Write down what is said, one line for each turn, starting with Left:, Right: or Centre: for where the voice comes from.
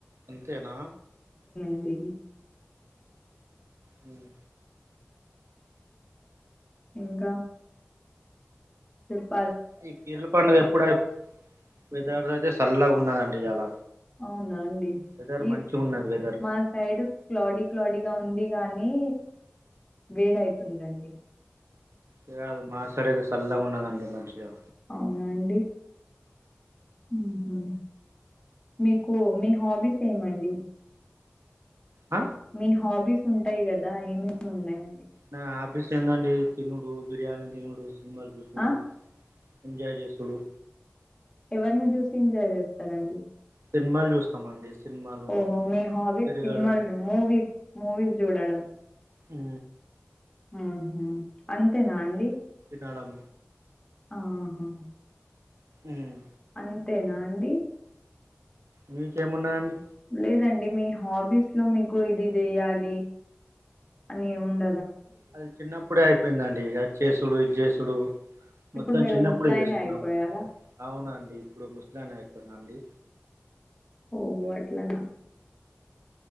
Right: అంతేనా
Left: అండి
Right: హ్మ్.
Left: ఇంకా చెప్
Right: ఈ పీర్ల పండుగ ఎప్పుడై వెదర్ అయితే సల్లగున్నదండి ఇయాల
Left: అవునా అండి
Right: వెదర్
Left: ఈ
Right: మంచిగా ఉన్నది వెదర్
Left: మా సైడ్ క్లాడీ క్లాడీగా ఉం ది గానీ వేడైతుందండి.
Right: ఏ గాదు మా సైడ్ అయితే సల్లగున్నదండి మంచిగ
Left: అవునా అండి మ్ హ్ మీకు మీ హాబీస్ ఏమండి?
Right: ఆ
Left: మీ హాబీస్ ఉంటాయి కదా ఏమేమేం ఉన్నయన్
Right: నా హాబీస్ ఏందండి తినుడు, బిర్యానీ తినుడు సినిమాల్ చూసుడు,
Left: ఆ
Right: ఎంజాయ్ చేస్ సుడు
Left: ఎవర్ని చూసి ఎంజాయ్ చేస్తరండి?
Right: సినిమాలు చూస్తామండి సినిమాలు
Left: ఓహో మీ హాబీస్
Right: తిరగడం
Left: సిన్మా మూవీస్ ముూవీస్ చూడడం.
Right: మ్
Left: మ్ హ్ అంతెన అండి.
Right: తినడం
Left: ఆహా
Right: ఉమ్
Left: అంతేనా అండి.
Right: మీకేమున్నయండి
Left: లేదండి మీ హాబీస్లో మీకు ఇది జేయాలి అని ఉండ
Right: అది చిన్నప్పుడే అయిపోయిందండి అచ్చేసుడు ఇద్ చేసుడు మొత్తం
Left: ఇప్పుడు మీరు
Right: చిన్నప్పుడే
Left: ముస్లాయేనే
Right: చేసుకున్నాము
Left: అయిపోయారా
Right: అవునండి ఇప్పుడు ముస్లనే అయిపోయిన అండి.
Left: ఓహో అట్లనా